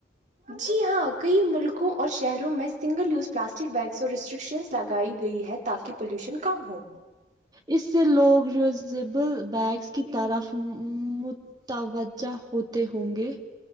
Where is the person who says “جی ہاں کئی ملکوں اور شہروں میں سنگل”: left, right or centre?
Right